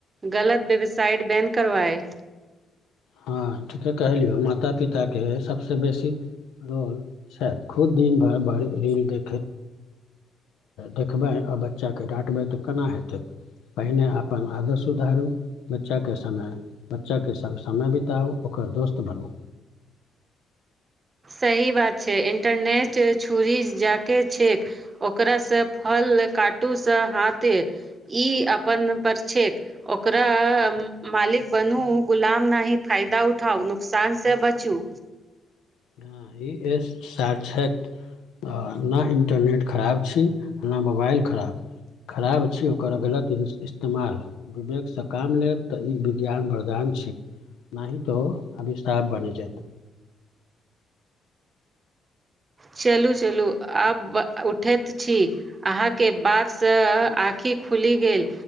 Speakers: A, on the right; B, on the left.
A: गलत वेबसाइट बैन करवाए
B: हँ ठीके कहलियौ माता पिताके सभसँ बेसी रोल छै खूब दिन भरि रील देखैत देखबै आ बच्चाकेँ डाँटबै तऽ केना हेतै पहिने अपन आदर सुधारू बच्चा केँ समय बच्चा के समय बिताउ ओकर दोस्त बनू
A: सही बात छै इंटरनेट छुरी जाके छै ओकरासँ फल का टू से हाथे ई अपन पर छैेक ओकरा मालिक बनू गुलाम नहि फायदा उठाउ नुकसान से बचू
B: हँ ई एस साक्षक आ ने इन्टरनेट खराब छी न मोबाइल खराब खराब छी ओकर गलत इस्तेमाल विवेकसँ काम लेब तऽ ई विज्ञान वरदान छी नाहि त अभिशाप बनी जायत
A: चलू चलू आब उठैत छी अहाँके बातसँ आखिर खुली गेल